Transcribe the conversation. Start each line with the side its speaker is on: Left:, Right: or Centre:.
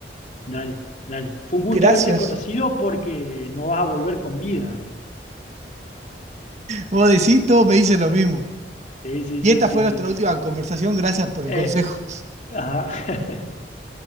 Left: dale, dale. Fue un gusto
Right: Gracias.
Left: haberte conocido porque no vas a volver con vida.
Right: Vos decís, todos me dicen lo mismo.
Left: Sí, sí,
Right: Y
Left: sí,
Right: esta
Left: sí,
Right: fue nuestra
Left: sí.
Right: última conversación, gracias por el
Left: Eh,
Right: consejo.
Left: ajá. <laughs>